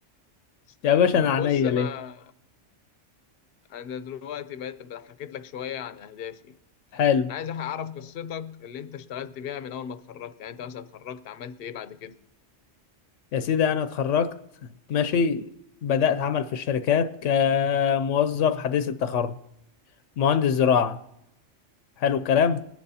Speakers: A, on the left; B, on the left.
A: تسلم
B: يا باشا
A: طب
B: انا عينيا
A: بص انا
B: ليك
A: انا دلوقتي بقيت بقى حكيت لك شويه عن اهدافي
B: حلو
A: انا عايز اعرف قصتك اللي انت اشتغلت بيها من اول ما اتخرجت يعني انت مثلا اتخرجت عملت ايه بعد كده
B: يا سيدي انا اتخرجت ماشي بدأت عمل في الشركات كموظف حديث التخرج مهندس زراعة حلو الكلام